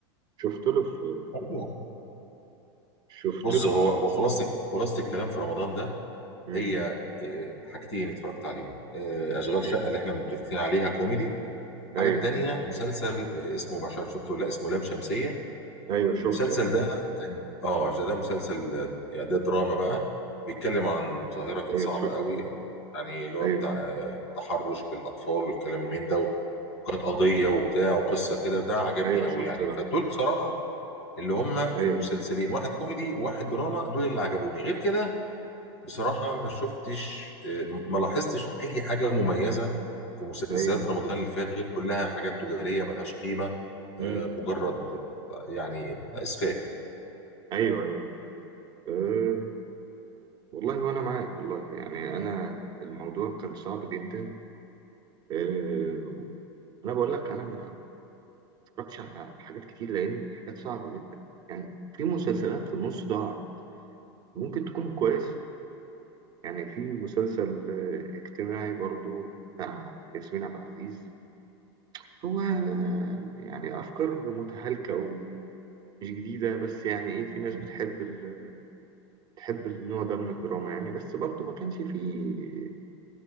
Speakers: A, on the right (about 30°); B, on the left (about 90°).
A: شفت له في
B: أيوة.
A: شفت
B: بص
A: له
B: هو
A: في
B: هو خلاصه خلاصه الكلام في رمضان ده
A: مم.
B: هي آه، حاجتين اتفرجت عليهم آه، اشغال
A: ايوه
B: شقه اللي احنا متفقين عليها كوميدي الحاجه
A: ايوه
B: التانيه مسلسل آه، اسمه ما عارف شفته ولا لأ، اسمه لام شمسيه
A: أيوه شفته
B: المسلسل
A: اه.
B: ده كان اه ده ده مسلسل آه، يعني ده دراما بقى بيتكلم عن ظاهره كانت
A: ايوه
B: صعبه
A: شفته
B: قوي أو يعني اللي هو
A: ايوه
B: بتاع آه، تحرش بالاطفال والكلام من ده وكانت قضيه وبتاع وقصه كده ده عجبني
A: ايوه
B: قوي
A: شفته
B: يعني
A: ده
B: فدول بصراحه اللي هم
A: ايوه
B: المسلسلين
A: شفته.
B: واحد كوميدي وواحد دراما دول اللي عجبوني غير كده بصراحة ما شفتش آه، ما لاحظتش أي حاجة مميزة في مسلسلات
A: ايوه
B: رمضان اللي فات غير كلها حاجات تجارية ملهاش قيمة
A: امم
B: آه، مجرد آه، يعني إسفاف يعني
A: ايوه ايوه أيوه. أه والله وانا معاك والله يعني انا الموضوع كان صعب جدا آه، انا بقول لك انا ما اتفرجتش على حاجات كتير لان الحاجات صعبه جدا يعني في مسلسلات في النص ضاعت ممكن تكون كويس يعني في مسلسل آه، اجتماعي برضو بتاع ياسمين عبد العزيز هو آه، يعني افكار متهالكه ومش جديده بس يعني ايه في ناس بتحب ال... بتحب النوع ده من الدراما يعني بس برضو ما كانش فيه